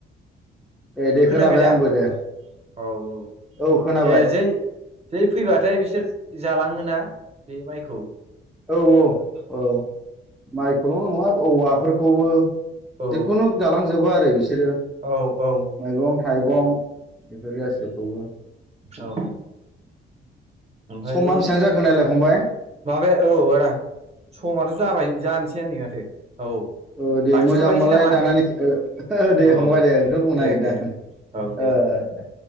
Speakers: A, in the centre; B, on the right.
A: ए दे
B: खोनाबाय दा
A: आंबो दे
B: औ औ
A: औ खोनाबाय
B: ए जै जै फैबाथाय बिसोर जालाङोना बे माइखौ
A: औ औ औ माइखौल' नङा औवाफोरखौबो
B: औ
A: जिखुनु जालांजोबो आरो बिसोर बिसोरो
B: औ औ
A: मैगं थाइगं बेफोर गासैखौबो
B: औ ओमफाय
A: समा बेसेबां जाखो नायलाय फंबाय
B: माबाया औ आदा समाथ' जाबाय जानोसै आ नै माथो औ
A: औ दे
B: लाखिथ'लायनोसै
A: मोजांबालाय
B: नामा
A: दानानै दे
B: औ
A: फंबाय दे बेखौ बुंनो
B: दे
A: नागिरदां
B: दे औ दे
A: औ